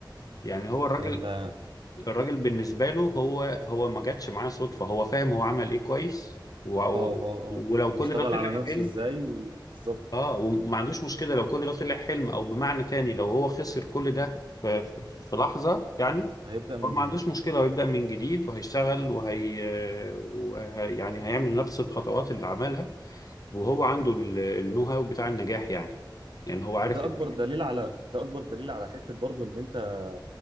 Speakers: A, on the left; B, on the right.
A: يعني هو الراجل
B: يعني انت اه
A: الراجل بالنسبة له هو هو ما جاتش معاه صدفة هو فاهم هو عمل ايه كويس و...
B: اه اه
A: ولو
B: واشتغل
A: كل ده طلع
B: على نفسه
A: حلم
B: ازاي وبالظبط
A: اه وما عندوش مشكلة لو كل ده طلع حلم او بمعنى تاني لو هو خسر كل ده في, في, في لحظة يعني
B: هيبدأ من
A: هو ما
B: جديد
A: عندوش مشكلة هو يبدأ من جديد وهيشتغل وهي, وهي يعني هيعمل نفس الخطوات اللي عملها وهو عنده ال- النو هاو بتاع النجاح يعني يعني هو
B: وده
A: عارف النجاح
B: اكبر دليل على ده اكبر دليل على حته برضو ان انت